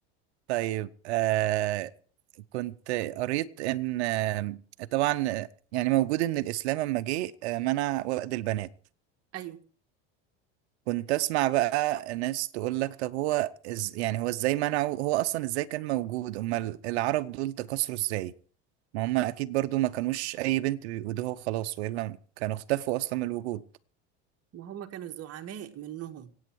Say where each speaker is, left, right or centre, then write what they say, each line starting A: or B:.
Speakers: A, on the right (about 80°); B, on the right (about 45°).
A: طيب آه، كنت قريت إن آم، طبعا آه، يعني موجود إن الإسلام لما جه آه، منع وأد البنات
B: أيوة
A: كنت اسمع بقى ناس تقول لك طب هو إز يعني هو ازاي منعه هو اصلا ازاي كان موجود امال العرب دول تكاثروا ازاي ما هم اكيد برضو ما كانوش اي بنت بيودوها وخلاص والا كانوا اختفوا اصلا من الوجود
B: ما هما كانوا الزعماء منهم